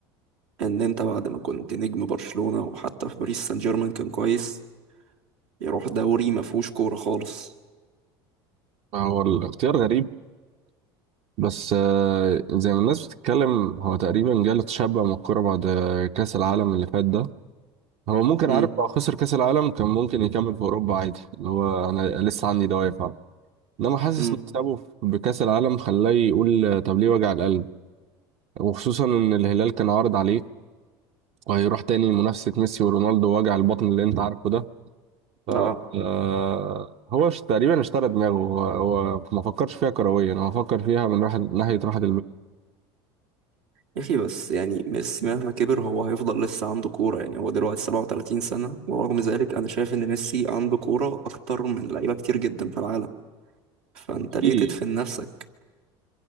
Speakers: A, on the right; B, on the right.
A: ان انت بعد ما كنت نجم برشلونة وحتى في باريس سان جيرمان كان كويس يروح دوري ما فيهوش كورة خالص
B: هو الاختيار غريب بس آه، زي ما الناس بتتكلم هو تقريبا جاله تشبع من الكوره بعد آه، كاس العالم اللي فات ده هو ممكن
A: امم
B: عارف لو خسر كأس العالم كان ممكن يكمل في أوروبا عادي اللي هو أنا لسه عندي دوافع إنما حاسس
A: امم
B: إن مكسبه بكأس العالم خلاه يقول طب ليه وجع القلب وخصوصا إن الهلال كان عارض عليه وهيروح تاني منافسة ميسي ورونالدو وجع البطن اللي أنت عارفه ده ف
A: اه
B: آه، هو ش- تقريبا اشترى دماغه هو, هو ما فكرش فيها كرويا هو فكر فيها من راحة ناحية راحة
A: يا اخي بس يعني ميسي مهما كبر هو هيفضل لسه عنده كورة يعني هو دلوقتي 37 سنة ورغم ذلك انا شايف ان ميسي عنده كورة اكتر من لعيبة كتير جدا في العالم فانت ليه
B: البال
A: تدفن نفسك